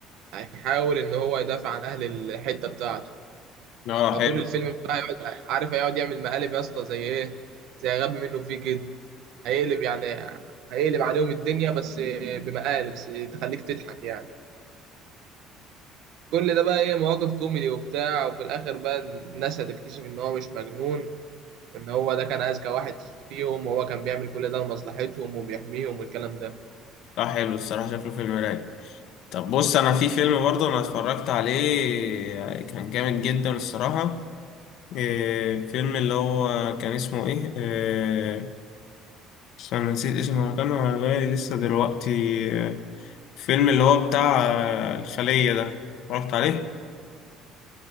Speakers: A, on the right; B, on the left.
A: هيحاول ان هو يدافع عن اهل الحتة بتاعته
B: اه
A: فطول
B: حلو
A: الفيلم بقى هيقعد عارف هيقعد يعمل مقالب يا اسطى زي ايه؟ زي غبي منه فيه كده هيقلب يعني هيقلب عليهم الدنيا بس بمقالب بس تخليك تضحك يعني كل ده بقى ايه مواقف كوميدي وبتاع وفي الاخر بقى الناس هتكتشف ان هو مش مجنون وان هو ده كان اذكى واحد فيهم وهو كان بيعمل كل ده لمصلحتهم وبيحميهم والكلام ده
B: اه حلو الصراحه شكله فيلم رايق طب بص انا في فيلم برضه انا اتفرجت عليه كان جامد جدا الصراحه إيه، فيلم اللي هو كان اسمه ايه إيه، انا نسيت اسمه هو كان على بالي لسه دلوقتي إيه، فيلم اللي هو بتاع آه، الخلية ده اتفرجت عليه